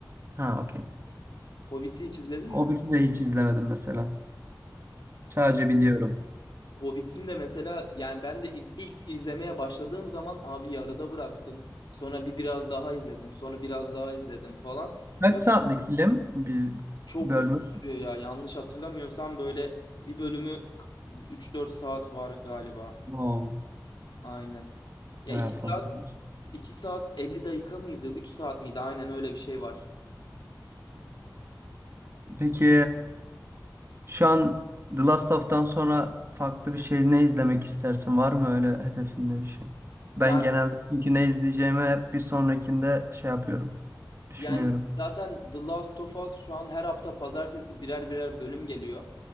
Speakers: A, on the right; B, on the left.
A: Ha, okey.
B: Hobbit'i hiç izledin
A: O
B: mi?
A: bir de hiç izlemedim mesela. Sadece biliyorum.
B: Hobbit'in de mesela yani ben de iz- ilk izlemeye başladığım zaman abi yarıda bıraktım. Sonra bir biraz daha izledim. Sonra biraz daha izledim falan.
A: Kaç
B: Böyle
A: saatlik film bir
B: çok
A: bölümü?
B: uzun sürüyor ya. Yanlış hatırlamıyorsam böyle bir bölümü üç dört saat var galiba.
A: Oo,
B: Aynen. Ya
A: bayağı
B: iki
A: fazla.
B: saat
A: olmuş.
B: 2 saat 50 dakika mıydı? 3 saat miydi? Aynen öyle bir şey var.
A: Peki Şu an The Last of'tan sonra farklı bir şey ne izlemek istersin? Var mı öyle hedefinde bir şey? Ben
B: Yani
A: genelde çünkü ne izleyeceğimi hep bir sonrakinde şey yapıyorum. Düşünüyorum.
B: yani zaten The Last of Us şu an her hafta pazartesi birer birer bölüm geliyor.